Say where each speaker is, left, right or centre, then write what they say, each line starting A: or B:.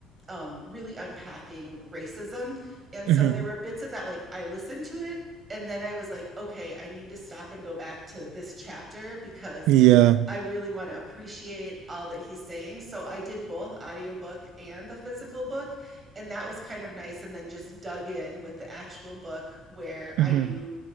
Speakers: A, on the right; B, on the right.
A: um, really unpacking racism. And
B: hmm
A: so there were bits of that, like I listened to it and then I was like, okay, I need to stop and go back to this chapter because
B: Yeah.
A: I really want to appreciate all that he's saying. So I did both audiobook and the physical book, and that was kind of nice and then just dug in with the actual book where
B: hmm
A: I knew